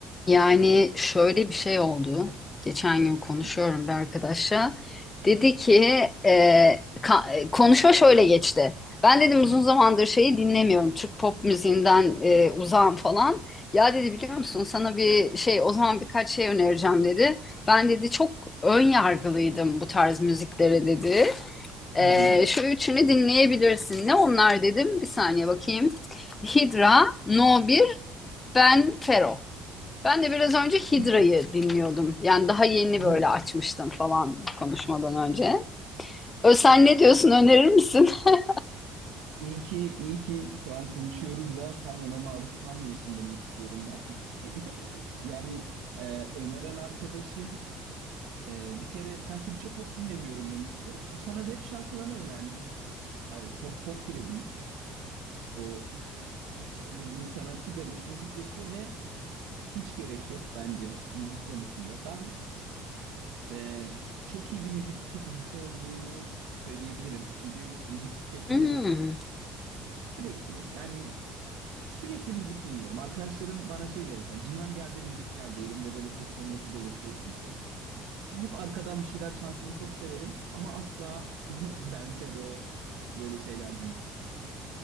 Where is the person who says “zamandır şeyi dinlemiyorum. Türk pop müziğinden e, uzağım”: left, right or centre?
Left